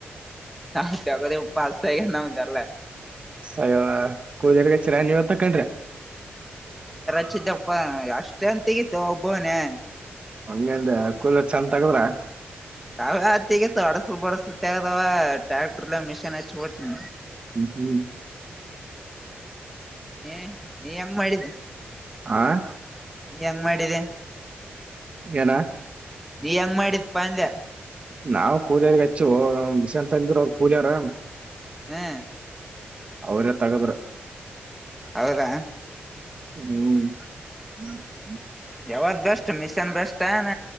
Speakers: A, in the centre; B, on the right.
A: <unintelligible>
B: ಅಸಯ್ಯವ ಕೂದರ್ಗ ಚಿರ ನೀವ ತಕಂಡ್ರಿ.
A: ಚ್ಚಿದ್ದಪ್ಪ ಅಷ್ಟೆನ್ ತೆಗಿತ್ತು ಒಬ್ಬವನೇ.
B: ಹಂಗಂದ ಕೂಲ ಚಂದ ತಗದ್ರ.
A: ಅವಾವೇತಿಗ ಅಡಸಲ್ ಬಡಸಲು ತಗದಾವ ಟ್ರ್ಯಾಕ್ಟರ್ಲ್ಲ ಮಿಷೀನ್ ಹಚ್ಚಬಟ್ನ.
B: ಹ್ಮ ಹ್ಮ್
A: ಏ ನೀ ಹೆಮ್ ಮಾಡಿದ್ದ.
B: ಆಹ್
A: ನೀ ಹೆಂಗ್ ಮಾಡಿದೆ
B: ಏನ
A: ನೀ ಎಂಗ್ ಮಾಡಿದ್ಪ ಅಂದೆ
B: ನಾವು ಕೂಲಿಯರ್ಗ ಹಚ್ಚಿ ಮಿಷನ್ ತಂದಿದ್ರು ಕೂಲಿಯಾರ.
A: ಹಾ
B: ಅವ್ರೇ ತಗ್ದ್ರು
A: ಹೌದಾ.
B: ಹ್ಮ
A: ಯಾವುದು ಬೆಸ್ಟ್ ಮಿಶನ್ ಬೆಸ್ಟ್ ನ